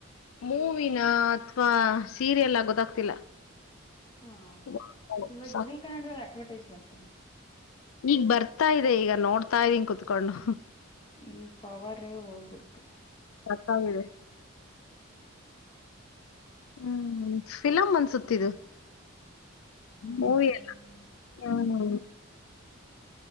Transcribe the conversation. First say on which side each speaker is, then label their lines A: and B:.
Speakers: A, on the left; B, on the left.
A: ಮೂವಿನಾ ಅಥ್ವಾ ಸೀರಿಯಲ್ಲಾ ಗೊತ್ತಾಗ್ತಿಲ್ಲ
B: ಹಾ
A: ವಾವ್,
B: ಇವತ್
A: ಸಖತ್
B: ಜೀ ಕನ್ನಡದಲ್ಲಿ ಅಡ್ವರ್ಟೈಸ್ ಬಂತು
A: ಈಗ್ ಬರ್ತಾ ಇದೆ ಈಗ ನೋಡ್ತಾ ಇದೀನ್ ಕುತ್ಕೊಂಡು
B: ಇಲ್ ಪವರ್ರೇ ಹೋಗ್ಬಿಡ್ತು
A: <unintelligible> ಹ್ಮ್ ಫಿಲಮ್ ಅನ್ಸುತ್ತಿದು
B: ಹ್ಮ್
A: ಮೂವಿ ಅಲ್ಲ ಹ್ಮ